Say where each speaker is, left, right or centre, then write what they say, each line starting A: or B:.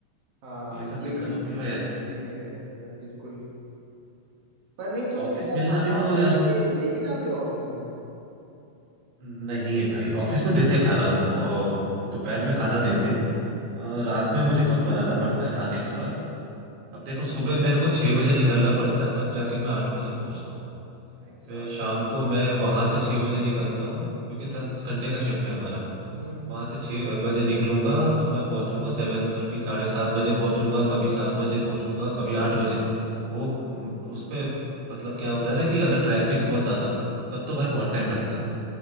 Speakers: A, on the right; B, on the right.
A: हाँ
B: ये सब
A: ये
B: दिक्कत
A: भी
B: होती है भाई यार
A: भी है दिक्कत बिल्कुल पर नहीं तो
B: ऑफिस
A: तुम क्या
B: मिलना
A: खाना
B: भी
A: वाना
B: तो यार
A: लेके लेके जाते हो ऑफिस में
B: नहीं है भाई ऑफिस में देते खाना वो दोपहर में खाना देते अ, रात में मुझे खुद बनाना पड़ता है आने के बाद अब देखो सुबह मेरे को छह बजे निकलना पड़ता है तब जाके मैं आठ बजे पहुंचता हूँ
A: भाई साहब
B: फिर शाम को मैं वहां से छह बजे निकलता हूँ क्योंकि दस घंटे का शिफ्ट है हमारा
A: हम्म
B: वहां से छह बजे निकलूंगा तो मैं पहुंचूंगा सेवन थर्टी साढ़े सात बजे पहुंचूंगा कभी सात बजे पहुंचूंगा कभी आठ बजे वो म, उस पे मतलब क्या होता है ना कि अगर ट्रैफिक हुआ ज्यादा तब तो भाई बहुत टाइम लग जाता है